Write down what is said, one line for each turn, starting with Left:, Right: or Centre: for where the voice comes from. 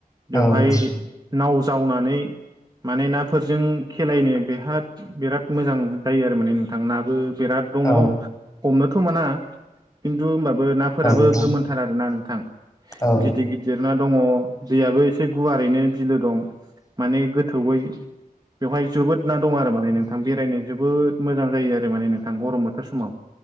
Right: बेवहाय
Left: औ नोंथां
Right: नाव जावनानै माने नाफोरजों खेलायनो बेहाद बेराद मोजां जायो आरो माने नोंथां नाबो बेराद दङ
Left: औ
Right: हमनोथ' मोना खिन्थु होमबाबो नाफोराबो
Left: नोंथां
Right: गोमोनथार आरोना नोंथां
Left: औ
Right: गिदिर गिदि दिरना दङ दैयाबो एसे गुवारैनो बिलो दं माने गोथौयै बेवहाय जोबोद ना दं आरो माने नोंथां बेरायनो जोबोद मोजां जायो आरो माने नोंथां गरम बोथोर समाव।